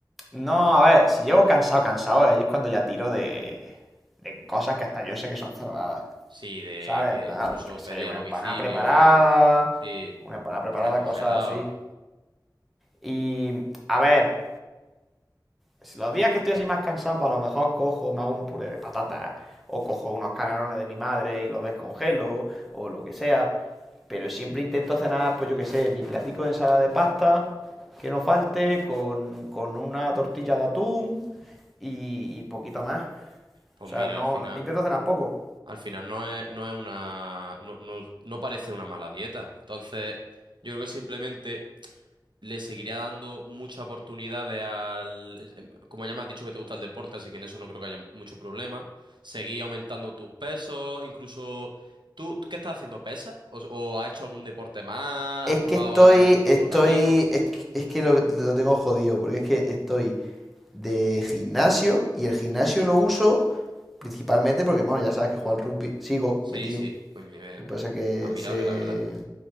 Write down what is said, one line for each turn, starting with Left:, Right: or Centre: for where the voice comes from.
Centre: No, a ver, si llego cansado, cansado, ahí es cuando ya tiro de, de cosas que hasta yo sé que son cerradas.
Right: Sí, de
Centre: ¿Sabes?
Right: que incluso
Centre: Yo qué sé,
Right: pedí
Centre: una
Right: a domicilio.
Centre: empanada preparada,
Right: Sí,
Centre: una empanada preparada,
Right: ultra congelado.
Centre: cosas así. Y, a ver, si los días que estoy así más cansado, pues a lo mejor cojo, me hago un puré de patatas, o cojo unos canelones de mi madre y los descongelo, o lo que sea. Pero siempre intento cenar, pues yo qué sé, mi platico de ensalada de pasta, que no falte, con, con una tortilla de atún y, y poquito más.
Right: Pues
Centre: O sea,
Right: mira,
Centre: no,
Right: al final,
Centre: no- intento cenar poco.
Right: al final no es, no es una, no, no, no parece una mala dieta. Entonces, yo creo que simplemente le seguiría dando muchas oportunidades al... em, Como ya me has dicho que te gusta el deporte, así que en eso no creo que haya mucho problema. Seguí aumentando tus pesos, incluso... ¿Tú tú qué estás haciendo? ¿Pesas? ¿O, o has hecho algún deporte más?
Centre: Es
Right: ¿Has probado
Centre: que estoy,
Right: a adelgazar por
Centre: estoy,
Right: otro camino?
Centre: es, que- es que lo, lo tengo jodido, porque es que estoy de gimnasio y el gimnasio lo uso principalmente porque, bueno, ya sabes que juego al rugby, sigo
Right: Sí,
Centre: metido.
Right: sí, pues mi- eh,
Centre: Lo que pasa es que
Right: admirable,
Centre: se,
Right: la verdad.